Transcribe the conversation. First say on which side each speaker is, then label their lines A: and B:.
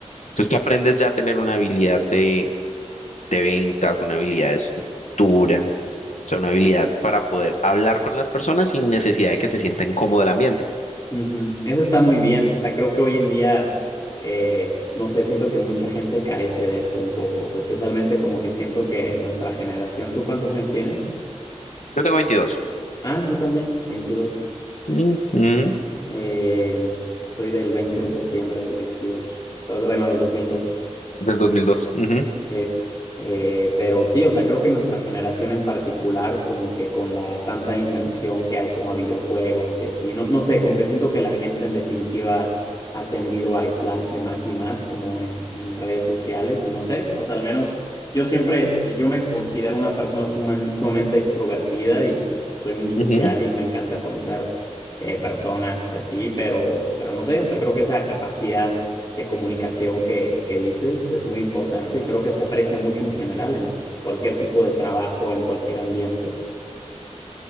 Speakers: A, on the left; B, on the left.
A: Entonces, tú aprendes ya a tener una habilidad de, de ventas, una habilidad de estructura, o sea, una habilidad para poder hablar con las personas sin necesidad de que se sienta incómodo el ambiente.
B: Ujú. Eso está muy bien, o sea, creo que hoy en día, eh, no sé, siento que mucha gente carece de eso un poco, o sea, especialmente como que siento que nuestra generación, ¿tú cuántos años tienes?
A: Yo tengo veintidós
B: Ah, yo también, veintidós
A: Ujú,
B: Eh, soy del 20 de septiembre del 22 entonces, bueno, del dos mil dos
A: Del 2002. Ujú,
B: Eh, eh, pero sí, o sea, creo que nuestra generación en particular, como que con la tanta inmersión que hay como a videojuegos y así, no, no sé, como que siento que la gente en definitiva ha tendido a aislarse más y más como en, en redes sociales y no sé, o sea, al menos yo siempre, yo yo me considero una persona suman- sumamente extrovertida y pues soy muy social
A: ujú.
B: y me encanta conocer eh, personas y así, pero, pero no sé, o sea, creo que esa capacidad de comunicación que, que dices es muy importante y creo que se aprecia mucho en general en cualquier tipo de trabajo, en cualquier ambiente.